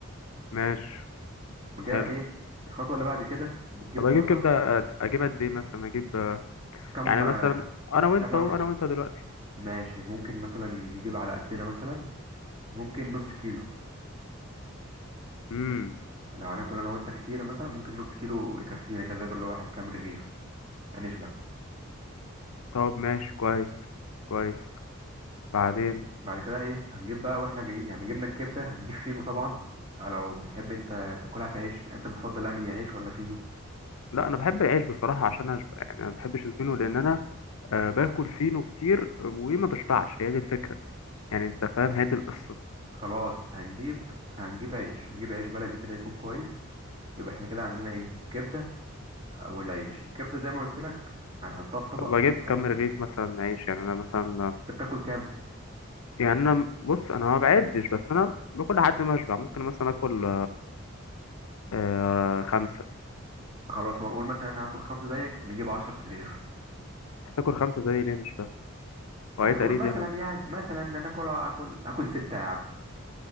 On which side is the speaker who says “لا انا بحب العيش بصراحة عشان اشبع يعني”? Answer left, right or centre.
Left